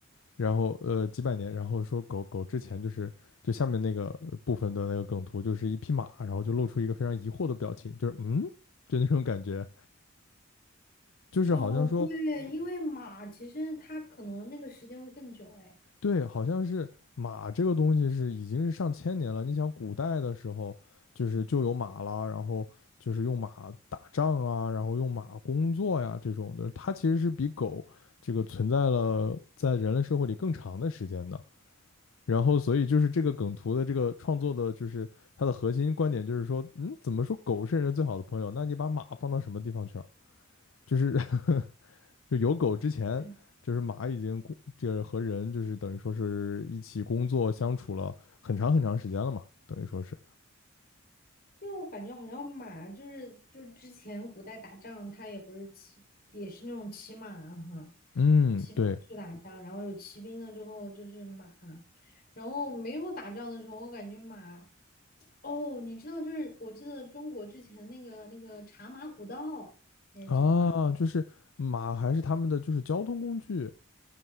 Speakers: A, on the left (about 75°); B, on the left (about 45°).
A: 然后呃几百年，然后说狗狗之前就是就下面那个呃部分的那个梗图，就是一匹马，然后就露出一个非常疑惑的表情，就是嗯，就那种感觉，就是好像说
B: 哦，对，因为马其实它可能那个时间会更久，哎，
A: 对，好像是马这个东西是已经是上千年了。你想，古代的时候就是就有马啦，然后就是用马打仗啊，然后用马工作呀这种的，它其实是比狗这个存在了在人类社会里更长的时间的。然后，所以就是这个梗图的这个创作的，就是它的核心观点就是说，嗯，怎么说狗是人类最好的朋友？那你把马放到什么地方去了？就是 <laughs> 就有狗之前，
B: 对。
A: 就是马已经工，就是和人就是等于说是一起工作相处了很长很长时间了嘛，等于说是，
B: 因为我感觉好像马就是就是之前古代打仗，它也不是骑，也是那种骑马哈，
A: 嗯，
B: 骑马去打仗，
A: 对
B: 然后有骑兵了之后就是马，然后没有打仗的时候，我感觉马，哦，你知道就是我记得中国之前那个那个茶马古道，你还记得吗？
A: 啊，就是马还是他们的就是交通工具，